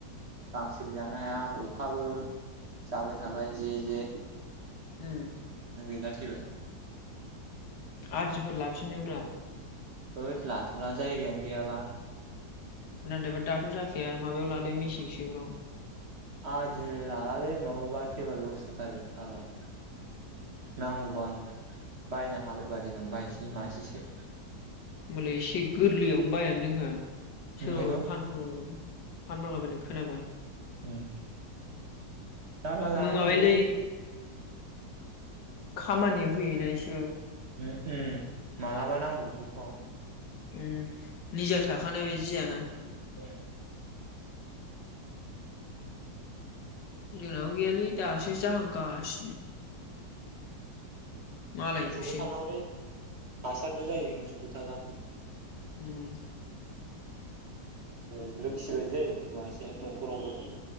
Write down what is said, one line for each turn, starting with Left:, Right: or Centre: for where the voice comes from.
Right: गांसोबो जानो हाया अखाबो जाबाय थाबाय जे-जे
Left: उम
Right: गैला थैबाय
Left: आदिफोर लाफिनोब्रा
Right: होद लाथ'ला जायगायानो गैयाबा
Left: नादोबा दाथ' जाखाया माबायाव लादो मेसें सेफ्राव
Right: आदि लालालै माबाबा थैबा लस जाथारो फागला नांगौबा बायनो हाबायबा देनां बायसै मासेसो
Left: होमबालाय एसे गोरलैयावनो बायनानै दोनखा सोरबाबा
Right: ओंखायथ'
Left: फानफ्रांलाबायगोन फानफ्रांलाबायनाय खोनाबा
Right: उम जारला जानानै
Left: माबायोलै
Right: दंलै
Left: खामानियाव होयोना एस
Right: उ उम मालाबा नामब्रबगौफाव।
Left: उम निजा थाखानाय बायदि जायाना?
Right: ओं।
Left: जोंनाबो गैयालै दासो जाहांगासिनो। मालायजोबसो
Right: मोसौबो थानांगौलै, हासारबो जायो मोसौबो थाबा।
Left: उम
Right: उम लोखि बायदि जायो मोसौआ एसे न'खरावबो।